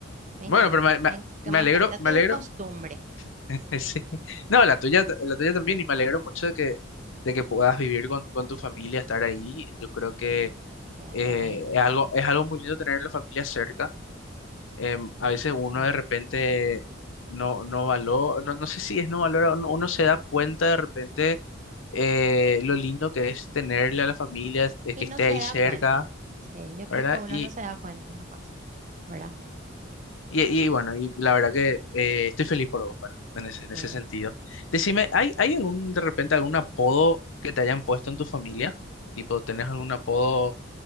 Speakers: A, on the right; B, on the left.
A: Me
B: Bueno,
A: encanta,
B: pero me, me-
A: me, en- que
B: me
A: me
B: alegro,
A: encanta tu
B: me alegro,
A: costumbre.
B: <laughs> sí. No, la tuya, la tuya también, y me alegro mucho de que, de que puedas vivir con, con tu familia, estar ahí. Yo creo que
A: Sí, hasta
B: eh,
A: hoy.
B: es algo, es algo muy lindo tener la familia cerca. em, a veces uno
A: sí.
B: de repente no, no valora, no, no sé si es no valora, uno, uno se da cuenta de repente eh, lo lindo que es tenerle a la familia, eh,
A: Y
B: que
A: no
B: esté
A: se
B: ahí
A: da
B: cerca,
A: cuenta. Sí, yo creo
B: ¿verdad?
A: que uno
B: Y,
A: no se da cuenta nomás, ¿verdad?
B: y, y bueno, y la verdad que eh, estoy feliz por vos, ¿verdad? En ese, en
A: Eh,
B: ese sentido. Decime, ¿hay, hay algún, de repente, algún apodo que te hayan puesto en tu familia? Tipo, ¿tenés algún apodo